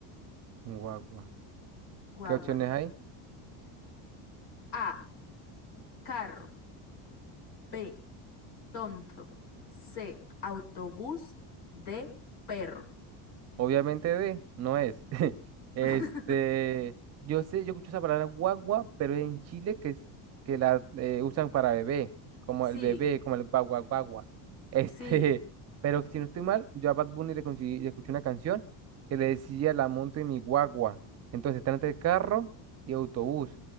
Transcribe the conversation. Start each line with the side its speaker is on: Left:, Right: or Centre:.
Right: guagua.
Left: Guagua.
Right: ¿Qué opciones hay?
Left: A, carro. B, tonto. C, autobús. D, perro.
Right: Obviamente de, no es. <laughs> Este,
Left: <laughs>
Right: yo sé, yo escucho esa palabra guagua, pero es en Chile que es que la eh, usan para bebé, como
Left: Sí,
Right: el bebé, como el guagua guagua. Este,
Left: sí.
Right: <laughs> pero si no estoy mal, yo a Bad Bunny le, conseguí- le escuché una canción que le decía la monte mi guagua. Entonces está entre carro y autobús.